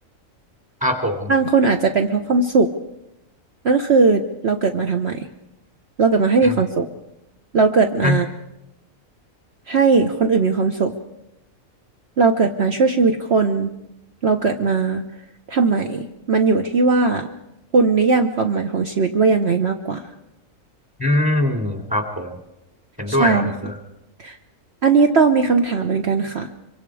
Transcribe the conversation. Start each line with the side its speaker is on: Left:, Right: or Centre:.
Centre: ครับผม
Right: บางคนอาจจะเป็นเพราะความสุขนั่นคือเราเกิดมาทำไมเราเกิดมาให้มีความสุข
Centre: อืม
Right: เราเกิดมา
Centre: อืม
Right: ให้คนอื่นมีความสุข เราเกิดมาช่วยชีวิตคน เราเกิดมาทำไม มันอยู่ที่ว่าคุณนิยามความหมายของชีวิตว่ายังไงมากกว่า
Centre: อืมครับผมเห็นด้วยครับเห็นด้วย
Right: ใช่ค่ะอันนี้ต้องมีคำถามเหมือนกันค่ะ